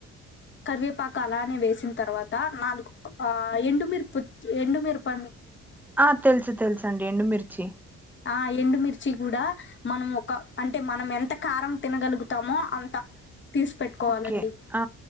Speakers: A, on the left; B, in the centre.
A: కర్వేపాకు అలానే వేసిన్ తర్వాత నాలుగు ఆ ఎండుమిరుప్ ఎండు మిరప
B: ఆ తెలుసు తెలుసు అండి ఎండుమిర్చి
A: ఆ ఎండుమిర్చి గూడా మనం ఒక అంటే మనం ఎంత కారం తినగలుగుతామో అంత తీస్ పెట్టుకోవాలండి
B: ఓకే ఆ